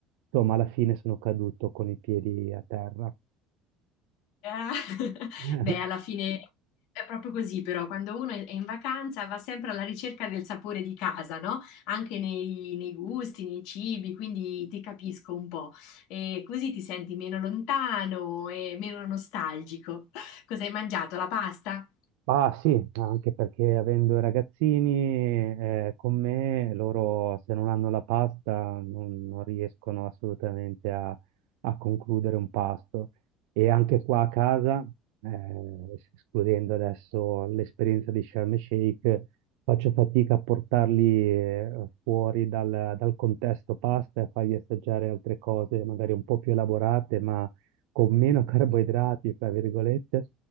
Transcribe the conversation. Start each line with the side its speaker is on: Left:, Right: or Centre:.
Right: insomma, alla fine sono caduto con i piedi a terra.
Left: Ah, <laughs>
Right: <laughs>
Left: Beh, alla fine è proprio così, però quando uno è è in vacanza va sempre alla ricerca del sapore di casa, no? Anche nei, nei gusti, nei cibi, quindi ti capisco un po'. E così ti senti meno lontano e meno nostalgico. Cosa hai mangiato? La pasta?
Right: Ah sì, anche perché avendo i ragazzini eh, con me, loro se non hanno la pasta non, non riescono assolutamente a, a concludere un pasto. E anche qua a casa, eh, escludendo adesso l'esperienza di Sharm el Sheikh, faccio fatica a portarli eh, fuori dal, dal contesto pasta e fargli assaggiare altre cose magari un po' più elaborate, ma con meno <laughs> carboidrati, fra virgolette